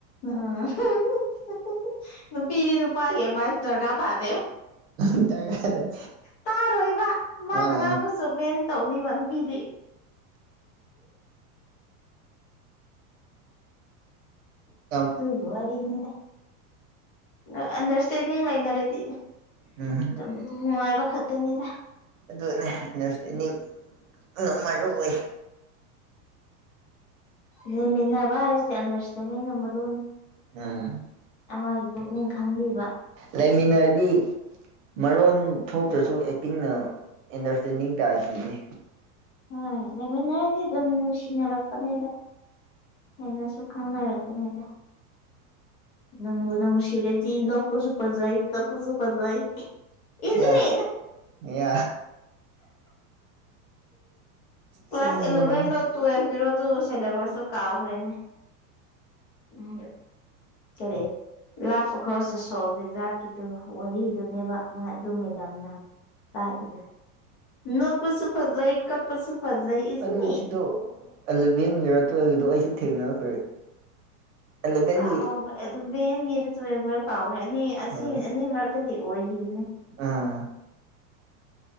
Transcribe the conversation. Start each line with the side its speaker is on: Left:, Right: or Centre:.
Left: ꯑ <unintelligible> ꯅꯨꯄꯤꯗꯤ ꯅꯨꯄꯥꯥꯒꯤꯑꯦꯗꯕꯥꯢꯁ ꯗꯔꯒꯥꯔ ꯇꯥꯗꯦ
Right: ꯗꯔꯀꯥꯔ ꯇꯥꯗꯦ
Left: ꯇꯥꯔꯣꯏꯕ ꯃꯥꯅ
Right: ꯎꯝ
Left: ꯉꯥꯡꯕꯗꯣ ꯆꯨꯝꯃꯦꯅ ꯇꯧꯅꯤꯕ ꯅꯨꯄꯤꯗꯤ
Right: ꯎ
Left: ꯇꯨꯒꯤ ꯋꯥꯔꯤꯅꯤꯗ꯫ ꯅꯪ ꯑꯟꯗꯔꯁꯇꯦꯟꯗꯤꯡ ꯂꯩꯅꯔꯗꯤ
Right: ꯎꯝ
Left: ꯑꯗꯨꯝ ꯅꯨꯡꯉꯥꯏꯕꯈꯛ ꯇꯨꯅꯤꯗ꯫
Right: ꯑꯗꯨꯅꯦ ꯅꯥꯔꯁ ꯇꯦꯜꯅꯤꯡꯅ ꯃꯔꯨ ꯑꯣꯢ꯫
Left: ꯂꯩꯃꯤꯟꯅꯕ ꯍꯥꯢꯁꯦ ꯑꯟꯗꯔꯁꯇꯦꯟꯗꯤꯡꯅ ꯃꯔꯨꯅꯤ꯫
Right: ꯎꯝ
Left: ꯑꯃꯒꯤ ꯄꯨꯛꯅꯤꯡ ꯈꯪꯕꯤꯕ꯫
Right: ꯂꯩꯃꯤꯟꯅꯔꯗꯤ ꯃꯔꯣꯟ ꯊꯣꯛꯇ꯭ꯔꯁꯨ ꯑꯦꯛꯇꯤꯡꯅ ꯑꯦꯟꯗꯔꯁꯇꯦꯟꯗꯤꯡ ꯇꯥꯏꯁꯤꯗꯤ꯫
Left: ꯍꯣꯏ ꯂꯩꯃꯤꯟꯅꯔꯗꯤ ꯑꯗꯨꯝ ꯅꯨꯡꯁꯤꯅꯔꯛꯄꯅꯤꯗ꯫ ꯍꯦꯟꯅꯁꯨ ꯈꯪꯅꯔꯛꯄꯅꯦꯗ꯫ ꯅꯪꯕꯨ ꯅꯪ ꯁꯤꯔꯗꯤ ꯅꯣꯛꯄꯖꯨ ꯐꯖꯩ ꯀꯞꯄꯖꯨ ꯐꯖꯩ꯫ ꯏꯖꯤꯂꯤ
Right: ꯌꯥ ꯌꯥ ꯆꯨꯝꯕꯅꯤꯅꯦ
Left: ꯀ꯭ꯂꯥꯁ ꯏꯂꯕꯦꯟ ꯂꯣ ꯇ꯭ꯋꯦꯜꯒꯤꯔꯣ ꯑꯗꯨ ꯁꯤꯂꯦꯕꯁꯇꯣ ꯀꯥꯎꯈ꯭ꯔꯦꯅꯦ꯫ ꯎꯝ ꯀꯔꯤ ꯂꯥꯞ ꯑꯈ꯭ꯔꯣꯁ ꯗ ꯁꯣꯜ ꯗꯦꯖꯥꯔꯠꯀꯤꯗꯨ ꯋꯥꯔꯤꯗꯨꯅꯦꯕ ꯃ ꯑꯗꯨ ꯃꯦꯗꯥꯝꯅ ꯇꯥꯛꯏꯗꯣ ꯅꯣꯛꯄꯁꯨ ꯐꯖꯩ ꯀꯞꯄꯁꯨ ꯐꯖꯩ ꯏꯖꯤꯅꯤ
Right: ꯑꯗꯨꯖꯤꯡꯗꯣ ꯑꯦꯂꯚꯦꯟꯒꯤꯔ ꯇꯨꯋꯦꯜꯒꯤꯗꯣ ꯑꯩꯁꯨ ꯊꯦꯡꯅꯈ꯭ꯔꯦ꯫ ꯑꯦꯂꯚꯦꯟꯒꯤ
Left: ꯀꯥꯎꯒ꯭ꯔꯦ ꯑꯦꯂꯚꯦꯟꯒꯤꯔ ꯇꯨꯋꯦꯜꯕꯒꯤꯔ ꯀꯥꯎꯒ꯭ꯔꯦ ꯑꯅꯤ ꯑꯁꯤ
Right: ꯎꯝ
Left: ꯑꯅꯤ ꯃꯔꯛꯇꯗꯤ ꯑꯣꯏꯒꯤ <unintelligible>
Right: ꯑꯥ